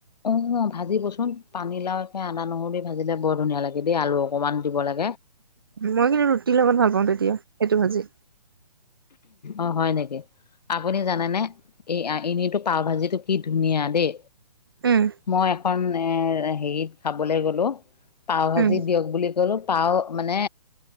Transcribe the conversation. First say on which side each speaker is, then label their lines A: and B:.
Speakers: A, on the left (about 80°); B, on the right (about 35°).
A: অ' অ ভাজিবচোন পানী লাওঁ একে আদা নহৰু দি ভাজিলে বৰ ধুনীয়া লাগে দেই আলু অকনমান দিব লাগ
B: মই কিন্তু ৰুটিৰ লগত ভাল পাও তেতিয়া সেইটো ভাজি।
A: অ হয় নেকি আপুনি জানেনে এইয়া এনেইতো পাও ভাজিটো কি ধুনীয়া দেই।
B: উম
A: মই এখন মানে হেৰিত খাবলে গ'লো, পাউ ভাজি
B: উম
A: দিয়ক বুলি কলোঁ। পাও মানে